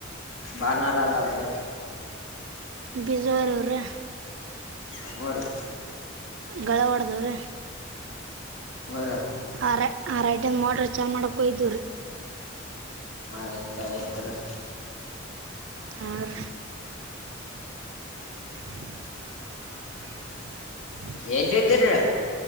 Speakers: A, on the left (about 80°); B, on the right (about 65°).
A: ಭಾನುವಾರ ಆದದಾಗ
B: ಬಿಜ ಉರಿವ್ರಿ
A: ಹ್ಮ್ ರಿ
B: ಗಳೇ ಹೊಡೆದೇವರಿ
A: ಹ್ಞೂ ರೀ
B: ಆರ್ ಆರ್ ಮೋಟಾರ್ ಚಲೋ ಮಾಡಕ್ ಹೋಗಿದ್ದೀರಿ
A: ಆಯ್ತ ಆಯ್ತ ರಿ
B: ಹ ರಿ <inaudible>
A: ಎಲ್ಲಿ ಇದ್ದರಿ